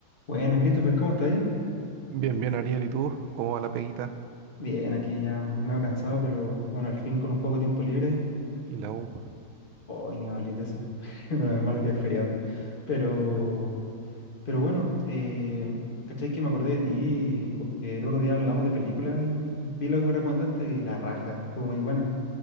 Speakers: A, on the left; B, on the right.
A: Buenas, Christopher, ¿cómo estás ahí?
B: Bien, bien, Ariel, ¿y tú? ¿Cómo va la peguita?
A: Bien, aquí ya medio cansado,
B: ¿Cómo?
A: pero bueno, al fin con un poco de tiempo libre.
B: ¿Y la U?
A: Hoy ni hablar de eso. <laughs> Bueno, menos mal que es feriado. Pero,
B: Ah,
A: pero bueno, eh, ¿cachai que me acordé de ti? Porque el otro día hablamos de películas y vi lo que me recomendaste y la raja, estuvo muy buena.